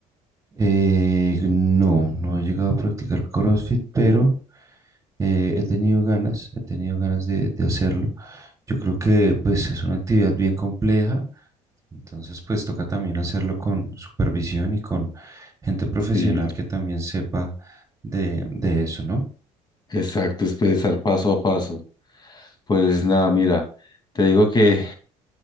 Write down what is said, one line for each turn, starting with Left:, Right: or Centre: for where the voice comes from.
Right: Eh, no, no he llegado a practicar CrossFit, pero eh, he tenido ganas, he tenido ganas de, de hacerlo. Yo creo que pues es una actividad bien compleja, entonces pues toca también hacerlo con supervisión y con gente profesional
Left: Sí,
Right: que también sepa de, de eso, ¿no?
Left: Exacto, es pensar paso a paso. Pues nada, mira, te digo que